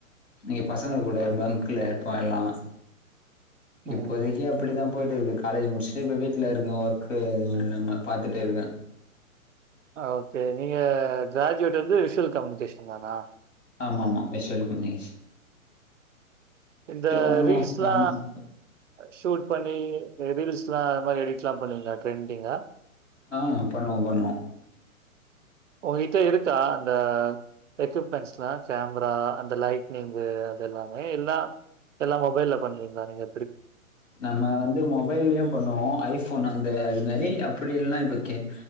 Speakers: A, on the left; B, on the right.
A: இங்க பசங்க கூட பங்க்குல இருப்போ எல்லா
B: ம்.
A: இப்போதைக்கு அப் பிடிதா போய்ட்டிருக்கு காலேஜ் முடிஸட்டு இப்ப வீட்ல இருக்க ஒர்க்கு எது இல்லாம பாத்துட்டே இருக்க
B: ஓகே நீங்க கிராஜுவேட் வந்து விஷ்வல் கம்னிகேஷன்தானா
A: ஆமா ஆமா விஷ்வல் கம்னிகேஷன்
B: இந்த
A: ஒன்
B: ரீல்ஸ்லா
A: ஒன் மந்த்
B: ஷூட் பண்ணி இந்த ரீல்ஸ்லா அது மாரி எடிட்லா பண்ணுவீங்ளா ட்ரெண்டிங்கா
A: ஆ பண்ணுவோ பண்ணுவோ
B: ஒங்கிட்ட இருக்கா அந்த எக்யூப்மெண்ட்ஸ்லா கேம்ரா அந்த லைட்னிங்கு அது எல்லாமே எல்லா எல்லா மொபைல்ல பண்ணுவீங்ளா நீங்க திருப்
A: நம்ம வந்து மொபைல்லியு பண்ணுவோ ஐஃபோன் அந்த அது மாரி அப்புடி இல்ன்னா இப்போ கேன்